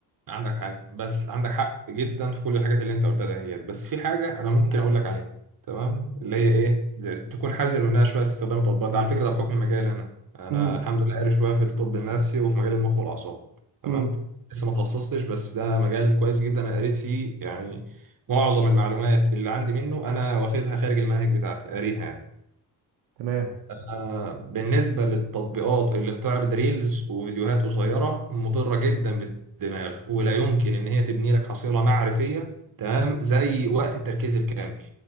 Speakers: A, on the right; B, on the right.
A: عندك حاجة بس عندك حق جدا في كل الحاجات اللي انت قلتها دهيت بس في حاجة انا ممكن اقول لك عليها تمام اللي هي ايه ده- تكون حذر منها شوية في استخدام التطبيقات ده على فكرة ده بحكم مجالي انا انا
B: امم
A: الحمد لله قاري شوية في الطب النفسي وفي مجال المخ والاعصاب تمام
B: امم
A: لسه ما تخصصتش بس ده مجال كويس جدا انا قريت فيه يعني معظم المعلومات اللي عندي منه انا واخدها خارج المنهج بتاعتي قاريها يعني
B: تمام
A: آه، بالنسبة للتطبيقات اللي بتعرض ريلز وفيديوهات قصيرة مضرة جدا بالدماغ ولا يمكن إن هي تبني لك حصيلة معرفية تمام زي وقت التركيز الكامل